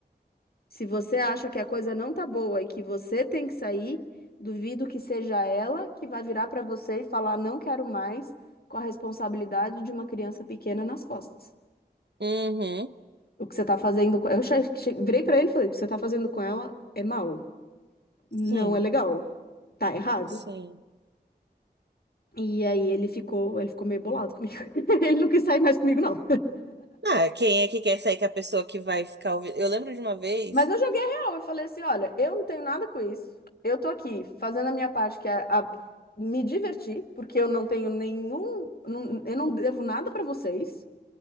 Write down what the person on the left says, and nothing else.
Se você acha que a coisa não tá boa e que você tem que sair, duvido que seja ela que vai virar pra você e falar não quero mais com a responsabilidade de uma criança pequena nas costas.
O que você tá fazendo com... Eu che- che- virei pra ele e falei, o que você tá fazendo com ela é mal, não
é legal, tá errado.
E aí ele ficou, ele ficou meio bolado comigo. <laughs> Ele não quis sair mais comigo, não.
Mas eu joguei real. Eu falei assim: olha, eu não tenho nada com isso. Eu tô aqui fazendo a minha parte, que é a- me divertir, porque eu não tenho nenhum. não- eu não devo nada pra vocês,